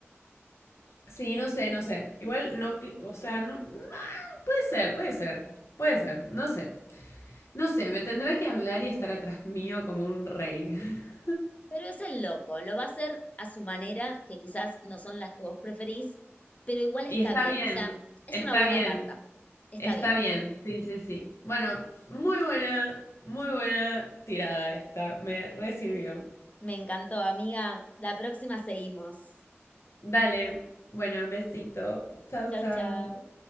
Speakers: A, on the left; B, on the left.
A: Sí, no sé, no sé. Igual no, que- o sea, no. ah, Puede ser, puede ser, puede ser, no sé. No sé, me tendrá que hablar y estar atrás mío como un rey. <laughs>
B: Pero es el loco, lo va a hacer a su manera, que quizás no son las que vos preferís, pero igual está
A: Y está
B: bien.
A: bien,
B: O sea, es
A: está
B: una buena
A: bien,
B: carta. Está
A: está
B: bien.
A: bien. Sí, sí, sí. Bueno, muy buena, muy buena tirada esta. Me re sirvió.
B: Me encantó, amiga. La próxima seguimos.
A: Dale, bueno, besito. Chao,
B: Chau,
A: chao.
B: chau.